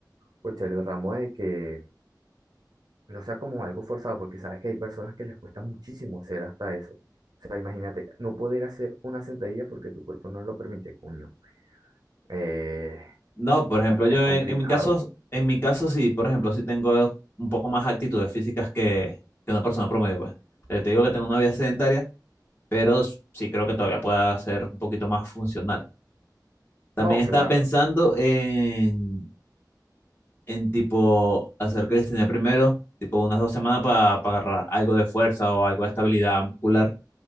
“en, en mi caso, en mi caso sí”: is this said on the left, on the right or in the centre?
Left